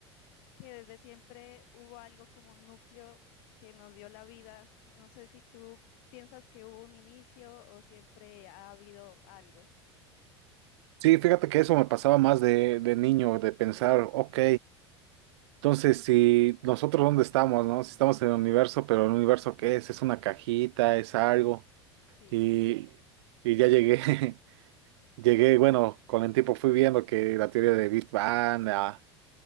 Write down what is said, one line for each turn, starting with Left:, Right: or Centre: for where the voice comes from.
Left: que desde siempre hubo algo como un núcleo que nos dio la vida, no sé si tú piensas que hubo un inicio o siempre ha habido algo,
Right: Sí, fíjate que eso me pasaba más de, de niño, de pensar, ok. Entonces, si nosotros dónde estamos, ¿no? Si estamos en el universo, pero el universo ¿qué es? Es una cajita, es algo.
Left: sí,
Right: Y, y ya llegué, <laughs> llegué, bueno, con el tiempo fui viendo que la teoría de Big Bang, la,